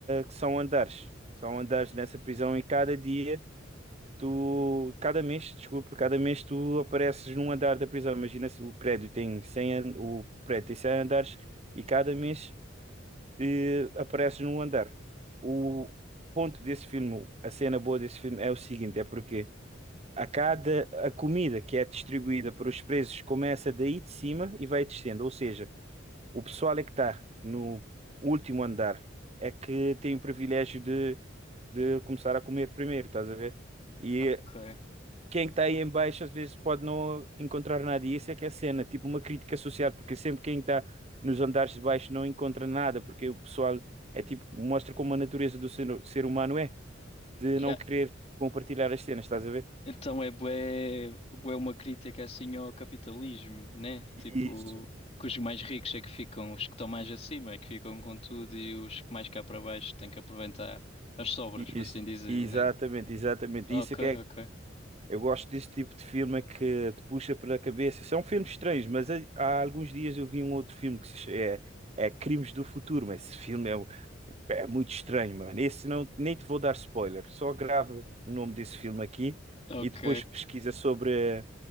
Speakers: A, on the right; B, on the left.
A: são andares. São andares nessa prisão e cada dia tu, cada mês, desculpa, cada mês tu apareces num andar da prisão. Imagina se o prédio tem cem an- o prédio tem 100 andares e cada mês eh, apareces num andar. O ponto desse filme, a cena boa desse filme é o seguinte, é porque a cada a comida que é distribuída para os presos começa daí de cima e vai descendo, ou seja, o pessoal é que está no último andar é que tem o privilégio de, de começar a comer primeiro, estás a ver? E
B: Ok.
A: quem está aí em baixo às vezes pode não encontrar nada. E essa é que é a cena, tipo uma crítica social, porque sempre quem está nos andares de baixo não encontra nada, porque o pessoal é tipo, mostra como a natureza do ser, ser humano é, de
B: Já.
A: não querer compartilhar as cenas, estás a ver?
B: Então é bué, bué uma crítica assim ao capitalismo, né? Tipo,
A: Isso,
B: que os mais ricos é que ficam, os que estão mais acima é que ficam com tudo e os que mais cá para baixo têm que aproveitar as sobras, por
A: isso.
B: assim dizer,
A: Exatamente,
B: né?
A: exatamente.
B: Ok,
A: Isso é que é
B: ok,
A: Eu gosto desse tipo de filme é que te puxa pela cabeça. São filmes estranhos, mas há há alguns dias eu vi um outro filme que se ch- é, é Crimes do Futuro, mas esse filme é, um- é muito estranho, mano. Esse não, nem te vou dar spoiler. Só grava o nome desse filme aqui
B: ok.
A: e depois pesquisa sobre,